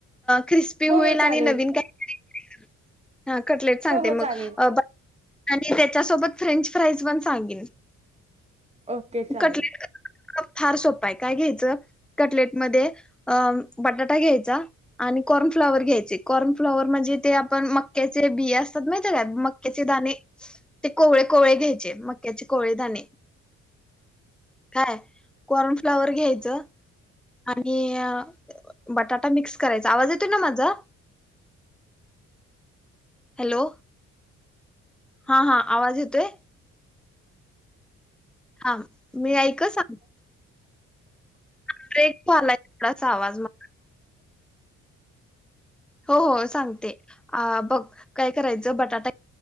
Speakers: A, in the centre; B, on the right (about 20°).
A: ख्रिस्पी होईल
B: हो हो चालेल
A: आणि नवीन काय तरी! <unintelligible> हा कटलेट सांगते
B: हो हो
A: मग
B: चालेल
A: हां - आणि त्याच्यासोबत फ्रेंच फ्राईज पण सांगेन!
B: ओके चालेल.
A: कटलेट फार सोपं आहे काय घ्यायचं कटलेटमध्ये अ बटाटा घ्यायचा आणि कॉर्नफ्लॉवर घ्यायचे कॉर्नफ्लॉवर म्हणजे ते आपण मक्याचे बिया असत्यात माहित का मक्याचे दाणे ते कोवळे कोवळे घ्यायचे मक्याचे कोवळे दाणे. काय कॉर्न फ्लवर घ्यायचं. आणि बटाटा मिक्स करायचा आवाज येतो ना माझा! हॅलो हा हा आवाज येतोय हां मी ऐक ह् सांगते ब्रेक झालाय तोडा चावाज मा हो हो सांगते अ बघ काय करायचं बटाटा